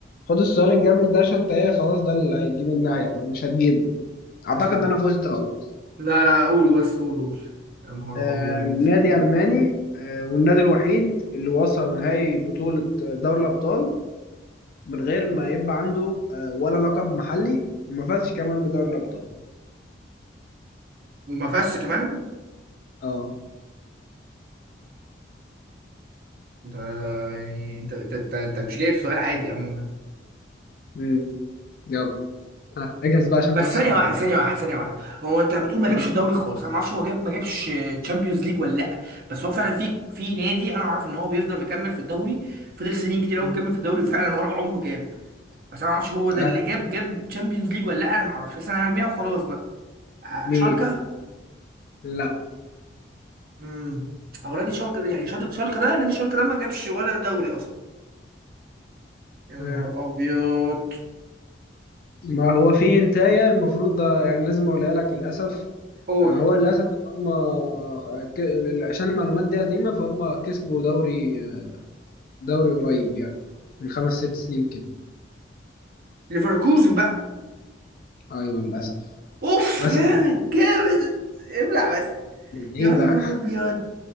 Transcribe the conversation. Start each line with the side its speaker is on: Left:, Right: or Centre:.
Left: خد السؤال الجامد ده عشان انت ايه خلاص ده اللي هيجيب النهايه بقى مش هتجيبه اعتقد
Right: مش
Left: ان انا فزت خلاص
Right: لا لا قولوا بس قولوا قولوا. يا نهار
Left: آه،
Right: ابيض
Left: نادي ألماني آه، والنادي الوحيد اللي وصل نهائي بطولة دوري الأبطال من غير ما يبقى عنده آه، ولا لقب محلي وما فازش كمان بدوري الأبطال
Right: وما فيهاش كمان
Left: اه
Right: انت يعني انت انت انت, انت مش جايب سؤال عادي عموما
Left: مم. يلا آه. اجهز بقى عشان
Right: بس
Left: تخسر
Right: ثانية
Left: بقى
Right: واحدة ثانية واحدة ثانية واحدة هو انت بتقول ما جابش
Left: مم.
Right: الدوري خالص انا ما اعرفش هو جاب ما جابش تشامبيونز ليج ولا لا بس هو فعلا في في نادي انا اعرف ان هو بيفضل مكمل في الدوري فضل سنين كتير قوي
Left: مم.
Right: مكمل في الدوري وفعلا ورا عمره جاب بس انا ما اعرفش هو ده اللي
Left: آه.
Right: جاب جاب تشامبيونز ليج ولا لا انا ما اعرفش بس انا هرميها وخلاص بقى ع-
Left: مين
Right: شالكة
Left: لا
Right: امم هو نادي شالكة يعني شاد- شالكة ده نادي شالكة ده ما جابش ولا دوري اصلا يا
Left: آه.
Right: نهار ابيض
Left: ما هو في هنتاية المفروض ده يعني لازم اقولها لك للأسف
Right: اور
Left: آه، هو للأسف هم آه، ك- عشان المعلومات دي قديمة فهم كسبوا دوري آه، دوري قريب يعني من خمس ست سنين كده
Right: ليفركوزن بقى
Left: ايوه للأسف
Right: اوف
Left: للأسف
Right: جامد
Left: جدا.
Right: جامد ابلع
Left: لعيبة
Right: يا نهار ابيض